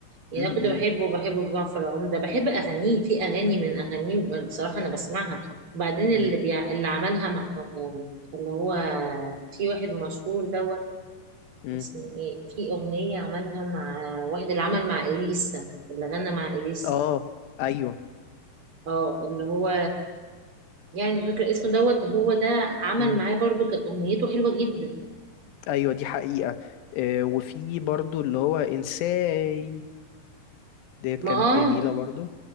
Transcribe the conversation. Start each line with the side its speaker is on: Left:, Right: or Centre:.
Right: يعني
Left: امم
Right: انا كنت بحبه بحبه جعفر العمدة بحب اغانيه في اغاني من اغانيه بصراحة انا بسمعها وبعدين
Left: مم.
Right: اللي بيع... اللي عملها مع اللي هو في واحد مشهور دوت
Left: مم.
Right: اسمه ايه في اغنية عملها مع واحد اللي عمل مع اليسا اللي غنى مع اليسا
Left: اه ايوه
Right: اه اللي هو يعني مش فاكرة اسمه دوت هو ده عمل
Left: مم.
Right: معاه برضو كانت اغنيته حلوة جدا
Left: ايوه دي حقيقة آه وفي برضو اللي هو انساي ديت
Right: ما
Left: كانت
Right: اه
Left: جميلة برضو